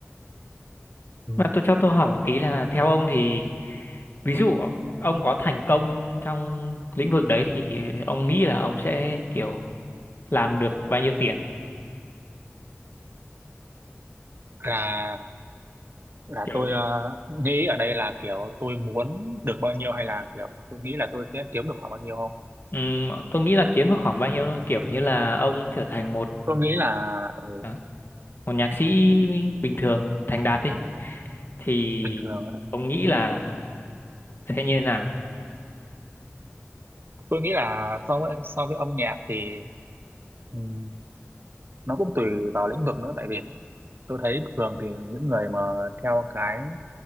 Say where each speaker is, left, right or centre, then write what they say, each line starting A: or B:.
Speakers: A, on the right (about 50°); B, on the left (about 55°).
A: Ừ.
B: mà tôi cho tôi hỏi một tí là theo ông thì ví dụ ông có thành công trong lĩnh vực đấy thì ông nghĩ là ông sẽ kiểu làm được bao nhiêu tiền
A: là là
B: kiểu
A: tôi ờ, nghĩ ở đây là kiểu tôi muốn được bao nhiêu hay là kiểu tôi nghĩ là tôi sẽ kiếm được khoảng bao nhiêu không
B: Ừm, tôi nghĩ là kiếm được khoảng bao nhiêu thôi kiểu như là ông trở thành một
A: tôi nghĩ là ừ,
B: à, một nhạc sĩ bình thường thành đạt đi thì
A: bình thường á.
B: ông nghĩ là sẽ như thế nào
A: tôi nghĩ là so với so với âm nhạc thì ừm, nó cũng tùy vào lĩnh vực nữa tại vì tôi thấy thường thì những người mà theo cái